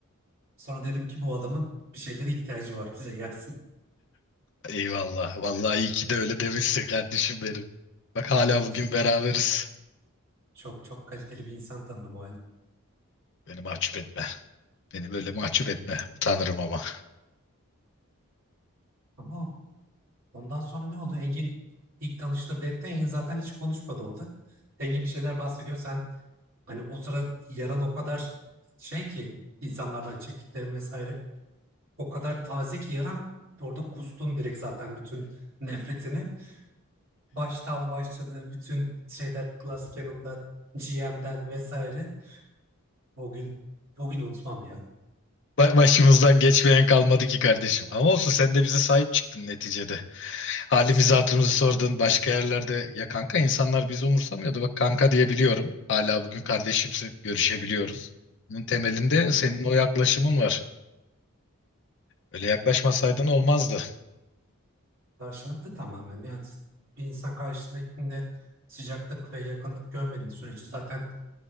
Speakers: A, on the right; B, on the left.
A: Sonra dedim ki bu adamın bir şeylere ihtiyacı var bize gelsin.
B: <laughs> Eyvallah. Vallahi iyi ki de öyle demişsin kardeşim benim. Bak hala
A: <laughs> Tabii
B: bugün
A: canım.
B: beraberiz.
A: Çok çok kaliteli bir insan tanıdım o halde.
B: Beni mahcup etme. Beni böyle mahcup etme. Utanırım ama.
A: Ama Ondan sonra ne oldu? Engin ilk tanıştırdı etti. Engin zaten hiç konuşmadı orada. Engin bir şeyler bahsediyor. Sen hani o sırada yaran o kadar şey ki insanlardan çektiklerin vesaire. O kadar taze ki yaran orada kustun direkt zaten bütün nefretini. Baştan başladı bütün şeyler Glass Cannon'da GM'den vesaire. O gün o gün unutmam ya.
B: Ba- Başımızdan geçmeyen kalmadı ki kardeşim. Ama olsun sen de bize sahip çıktın neticede. Halimizi
A: Estağfurullah.
B: hatırımızı sordun başka yerlerde. Ya kanka insanlar bizi umursamıyordu. Bak kanka diyebiliyorum. Hala bugün kardeşimsi görüşebiliyoruz. Bunun temelinde
A: Eyvallah.
B: senin o yaklaşımın var. Öyle yaklaşmasaydın olmazdı.
A: Karşılıklı tamamen. Yani bir insan karşısındakinde sıcaklık ve yakınlık görmediğin sürece zaten